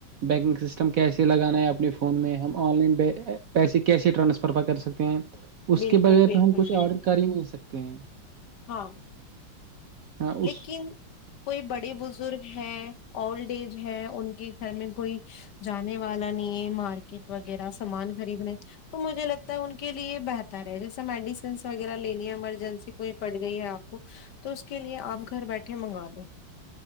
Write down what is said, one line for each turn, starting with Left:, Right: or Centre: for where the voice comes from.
Right: بینکنگ سسٹم کیسے لگانا ہے اپنے فون میں ہم آن لائن پیسے کیسے ٹرانسفر کر سکتے ہیں اس
Left: بالکل
Right: کے بغیر
Left: بالکل
Right: تو ہم کچھ
Left: بالکل
Right: آرڈر کر ہی نہیں سکتے تے ہیں
Left: ہاں
Right: ہاں اس
Left: لیکن کوئی بڑے بزرگ ہیں اولڈ ایج ہے ان کے گھر میں کوئی جانے والا نہیں ہے مارکیٹ وغیرہ سامان خریدنے تو مجھے لگتا ہے ان کے لیے بہتر ہے جیسے میڈیسنس وغیرہ لینی ہے ایمرجنسی کوئی پڑ گئی ہے آپ کو تو کے لیے آپ گھر بیٹھے منگا دوو